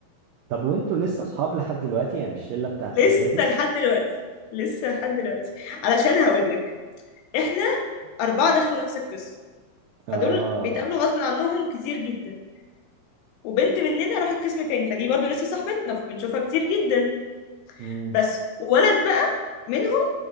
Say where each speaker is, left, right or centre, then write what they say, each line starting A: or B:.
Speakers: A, on the right; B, on the left.
A: طب وانتوا لسه اصحاب لحد دلوقتي يعني الشلة بتاعت
B: لسه
A: اعدادي
B: لحد دلوقتي لسه لحد دلوقتي علشان هقول لك احنا أربعة دخلوا نفس القسم
A: اه
B: فدول بيتقابلوا غصب عنهم كتير جدا وبنت مننا راحت قسم تاني فدي برضو لسه صاحبتنا فبنشوفها كتير جدا
A: امم
B: بس ولد بقى منهم